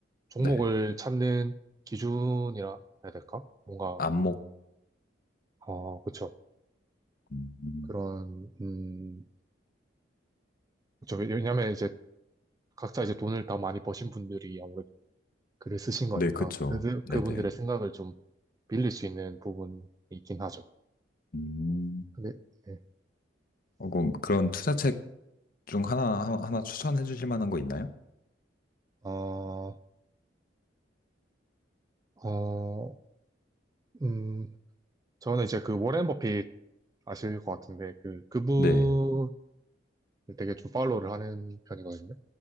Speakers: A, on the right; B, on the left.
A: 종목을
B: 네.
A: 찾는 기준이라 해야 될까? 뭔가
B: 안목.
A: 어 그쵸
B: 음,
A: 그런 음 그쵸 왜냐면 이제 각자 이제 돈을 다 많이 버신 분들이 아무래도 글을 쓰신 거니까
B: 네, 그쵸.
A: 그
B: 네네.
A: 그분들의 생각을 좀 빌릴 수 있는 부분이 있긴 하죠.
B: 음,
A: 근데 네.
B: 어, 그럼 그런 투자책 중 하나, 하- 하나 추천해 주실 만한 거 있나요?
A: 어, 어, 음, 저는 이제 그 워렌 버핏 아실 것 같은데 그 그분
B: 네.
A: 되게 좀 팔로우를 하는 편이거든요.